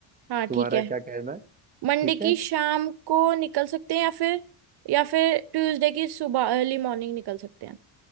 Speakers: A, on the right; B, on the right.
A: हाँ
B: तुम्हारा
A: ठीक है
B: क्या कहना है ठीक
A: मंडे की
B: है
A: शाम को निकल सकते हैं या फिर या फिर ट्यूसडे की सुबह अर्ली मॉर्निंग निकल सकते हैं